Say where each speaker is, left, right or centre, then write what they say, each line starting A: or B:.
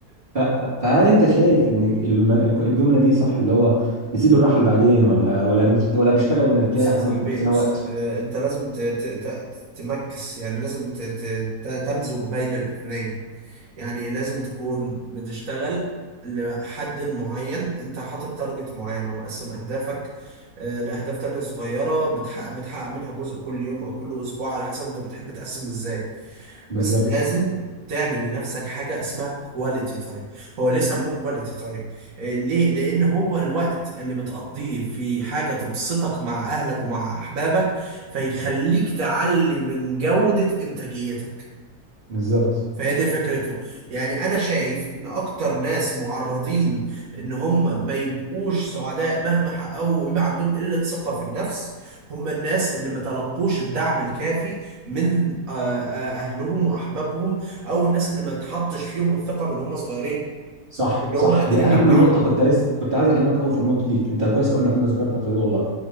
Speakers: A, on the right (about 35°); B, on the right (about 60°).
A: ف- ف- فهل انت شايف ان الم- الجمله دي صح اللي هو نسيب الراحه بعدين ولا ولا نرت- ولا نشتغل ونرتاح
B: بص يا صاحبي
A: وندي لنفسنا
B: بص
A: وقت
B: آه، انت لازم ت- ت- ت- تمكس يعني لازم ت- ت- ت- تمزج بين الاثنين يعني لازم تكون بتشتغل لحد معين انت حاطط تارجت معين ومقسم اهدافك آه، لاهداف تانية صغيرة بتحقق بتحقق منها جزء كل يوم او كل اسبوع على حسب انت بتحب تقسم ازاي
A: بالظبط
B: بس لازم تعمل لنفسك حاجة اسمها كواليتي تايم هو ليه سموه كواليتي تايم ليه لان هو الوقت اللي بتقضيه في حاجة تبسطك مع اهلك ومع احبابك فيخليك تعلي من جودة انتاجيتك
A: بالظبط
B: فهي دي فكرته يعني انا شايف ان اكتر ناس معرضين ان هم ما يبقوش سعداء مهما حققوا ويبقى عندهم قلة ثقة في النفس هم الناس اللي ما تلقوش الدعم الكافي من آه، آه، اهلهم واحبابهم او الناس اللي ما تحطش فيهم الثقة من هم صغيرين
A: صح
B: ان
A: صح
B: هم قادرين
A: دي اهم
B: ينجحوا
A: نقطه كنت لسه كنت عايز اكلمك قوي في النقطه دي انت كويس قوي انك انت ذكرت النقطه دي والله